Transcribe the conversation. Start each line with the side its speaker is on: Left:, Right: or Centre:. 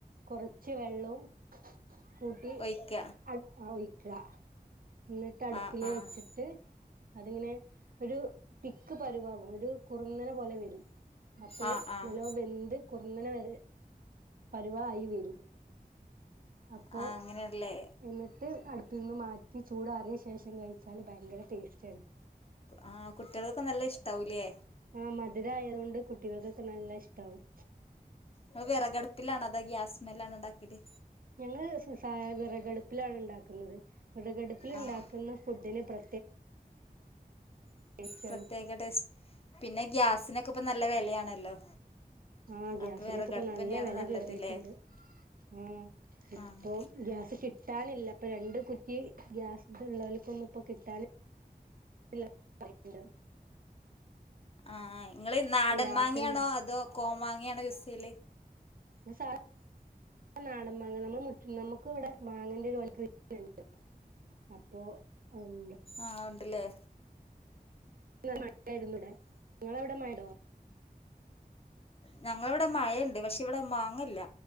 Right: കൊറച്ച് വെള്ളവും കൂട്ടി
Left: ഒഴിക്ക
Right: അട് ആഹ് ഒയിക്ക എന്നട്ടട്പ്പില്
Left: ആഹ് ആഹ്
Right: വെച്ചിട് ട്ട് അതിങ്ങനെ ഒരു തിക്ക് പരുവാകും ഒരു കുർന്നനെ പോലെ വരും അപ്പ
Left: ആഹ് ആഹ്
Right: നല്ലോ വെന്ത് കുറന്നനെ വ പരുവയി വരും അപ്പോ
Left: ആഹ് അങ്ങനെയാണല്ലേ
Right: എന്നിട്ട് അട് പ്പിന്ന് മാറ്റി ചൂടാറിയ ശേഷം കഴിച്ചാല് ഭയങ്കര ടേസ്റ്റ്
Left: ആഹ് കുട്ട്യള്കൊക്കെ നല്ല ഇഷ്ടാവും ലേ
Right: ആഹ് മധുരയതോണ്ട് കുട്ടികൾക്കൊക്കെ നല്ല ഇഷ്ടമാവും
Left: നിങ്ങള് വിറകട്പ്പിലാണോ അതൊ ഗ്യാസ്മ്മലാണൊ ഇണ്ടാക്ക്ണത്
Right: ഞങ്ങൾ സാധവിറകടുപ്പിലാണ് ഉണ്ടാക്കുന്നത് വിറകടുപ്പിൽ ഉണ്ടാക്കുന്ന
Left: ആഹ്
Right: ഫുഡിന് പ്ര ടേസ്റ്റാണ്
Left: പ്രത്യേക ടേസ്റ്റ് പിന്നെ ഗ്യാസിനൊക്കെ ഇപ്പ നല്ല വിലയാണല്ലോ
Right: ആഹ് ഗ്യാസിനൊക്കെ
Left: അപ്പൊ വിറകടുപ്പ്
Right: ഇപ്പ നല്ല
Left: തന്നെയാണ്
Right: വില
Left: നല്ലതല്ലേ
Right: കറിയിട്ടുണ്ട് ആഹ് ഇപ്പം
Left: ആഹ്
Right: ഗ്യാസ് കിട്ടാനില്ല ഇപ്പ രണ്ട് കുറ്റി ഗ്യാസ് ഇള്ളൽക്ക്ന്നും ഇപ്പോ കിട്ടാൻ ഇല് ഇല്ല പയ്ട്ണ്ട്
Left: ആഹ് നങ്ങൾ നാടൻ
Right: ഗ്യാസന്നെ
Left: മാങ്ങയാണോ അതോ കോമാങ്ങയാണോ യുസ്സ് യ്യൽ
Right: നസാര നാടൻ മാങ്ങ നമു നമുക്ക് ഇവിടെ മാങ്ങേന്റെ ഒരുവിൽറ്റ്ണ്ട് അപ്പോ എന്താ
Left: ആഹ് ഉണ്ട് ല്ലേ
Right: നല്ലമട്ടായിരുന്നു ഇവടെ നിങ്ങള അവടെ മയണ്ടോ
Left: ഞങ്ങളിവിടെ മഴണ്ട് പക്ഷെ ഇവിടെ മാങ്ങല്ല